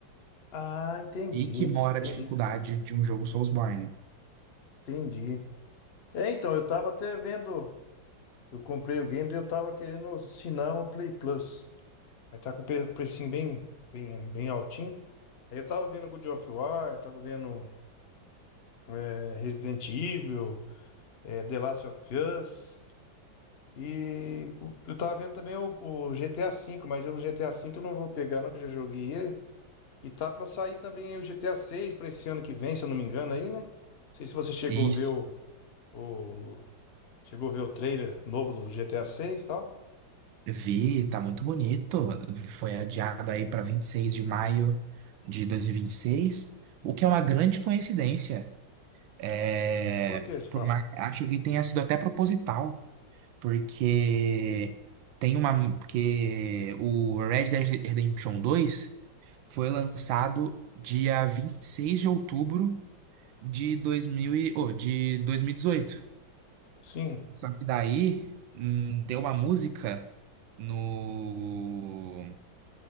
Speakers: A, on the left; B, on the right.
A: Ah, entendi.
B: E que mora
A: Entendi.
B: a dificuldade de um jogo Soulsborne.
A: Entendi. É, então, eu tava até vendo. Eu comprei o game e eu tava querendo assinar uma Play Plus. Aí tá com pre- precinho bem, bem, bem altinho. Aí eu tava vendo God of War, tava vendo é, Resident Evil, é, The Last of Us. E eu tava vendo também o, o GTA V, mas o GTA V eu não vou pegar, não, que eu já joguei ele. E tá pra sair também aí o GTA VI pra esse ano que vem, se eu não me engano, aí, né? Não sei se você chegou
B: E
A: a ver o O... Chegou a ver o trailer novo do GTA 6 e tal?
B: Vi, tá muito bonito. Foi adiado aí para 26 de maio de dois mil e e vinte e seis o que é uma grande coincidência. É,
A: Por que você
B: por
A: fala?
B: mais- acho que tenha sido até proposital, porque tem uma, porque o Red Dead Redemption dois foi lançado dia 26 de outubro de 2000 e, oh, de dois mil e dezoito
A: Sim.
B: Só que daí, hum, deu uma música no